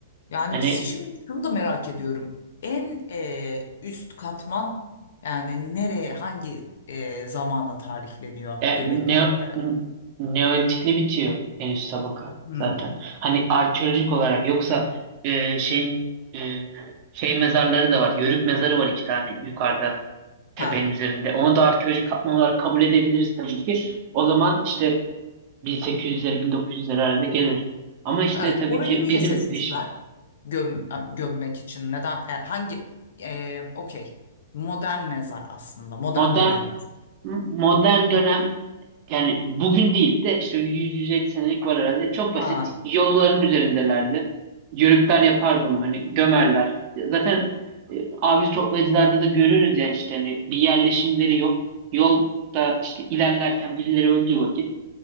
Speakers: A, on the left (about 65°); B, on the right (about 40°).
A: Yani
B: Hani
A: biz si, şimdi şunu da merak ediyorum. En e, üst katman yani nereye hangi e, zamana tarihleniyor
B: e,
A: Göbekli
B: ne,
A: Tepe'de?
B: n- Neolitikle bitiyor en üst tabaka
A: Hmm.
B: zaten. Hani arkeolojik olarak yoksa e, şeyin e, şey mezarları da var. Yörük mezarı var iki tane yukarıda tepenin
A: Ha.
B: üzerinde. Onu da arkeolojik katman olarak kabul edebiliriz tabii ki. O zaman işte 1800'lere 1900'lere arada gelir. Ama işte
A: Ha,
B: tabii
A: orayı
B: ki
A: niye
B: bizim
A: seçmişler?
B: işimiz.
A: Göm, gömmek için. Neden? e, hangi? E, okey. Modern mezar aslında. Modern
B: Modern
A: dönem mezar.
B: modern dönem yani bugün değil de işte 100-150 senelik var herhalde. Çok
A: Ha.
B: basit. Yolların üzerindelerdi. Yörükler yapar bunu. Hani gömerler. Zaten e, avcı toplayıcılarda da görürüz ya işte hani bir yerleşimleri yok. Yolda işte ilerlerken birileri öldüğü vakit